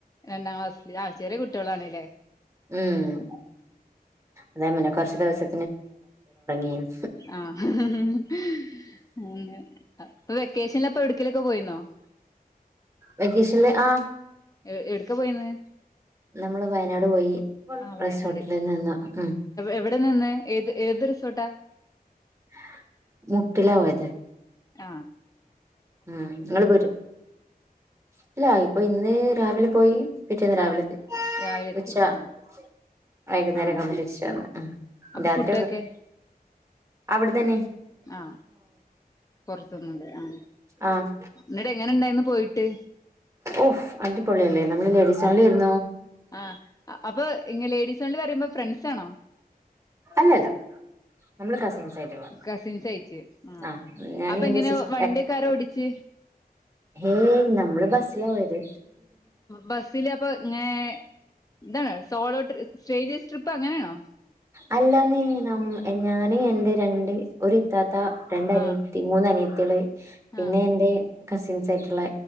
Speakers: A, on the left; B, on the right.
A: രണ്ടാം ക്ലാസില് ആ ചെറിയ കുട്ടിയോളാണല്ലേ.
B: ഉം അതെ മനെ കുറച്ച് ദിവസ <unintelligible>
A: <unintelligible>
B: വെക്കേഷനില്ല് ആ
A: എ എടുക്കാ പോയിന്ന്
B: നമ്മള് വയനാട് പോയി
A: ആഹ് വയനാട്
B: റിസോർട്ടിൽ നിന്ന് ഉ
A: എവിടെ നിന്ന് ഏത് <unintelligible>
B: <unintelligible> <inaudible>
A: ആ
B: <unintelligible> പോയി <unintelligible>
A: ആഹ് രാവിലെ എത്തി ആഹ് ആഹ് അപ്പൊ ഫുഡൊക്കെ
B: അവിടെന്നന്നെ
A: ആ പുറത്തന്ന് ആ
B: ആഹ്
A: എനിട് എങ്ങനെ ഇണ്ടായിന്ന് പോയിട്ട്
B: ഓഫ് അടിപൊളിയല്ലേ നമ്മള് ലേഡീസ് ഒൺലി <inaudible>
A: ആ അപ്പൊ ഇങ്ങ ലേഡീസ് ഒൺലി പറയുമ്പോ ഫ്രണ്ട്സാണോ.
B: അല്ലല്ല നമ്മള് കസിൻസ് ആയിട്ടുള്ള
A: കസിൻസ് അയച്ച് ആ
B: ആഹ് ഞാന്
A: അപ്പൊ
B: എന്റെ
A: എങ്ങനെ
B: സിസ്
A: വണ്ടിയൊക്കെ ആാരോ ഓടിച്ച്
B: ഏയ് നമ്മള് ബസ്സില പോയത്
A: ബസ്സില അപ്പൊ ഇങ്ങ ഇന്താണ് സോളോ സ്രേഡിയഴസ് ട്രിപ്പ് അങ്ങനാണോ
B: അല്ലാ നീ ന ഞാന് എറെ രണ്ട് ഒരുരിത്താത്ത രണ്ട അനീത്തി
A: ആഹ്
B: മൂന്ന അ നീത്തി കളെ പിന്നെ
A: ആഹ്
B: എന്ത് കസിൻസ് ആയിട്ടുള്ള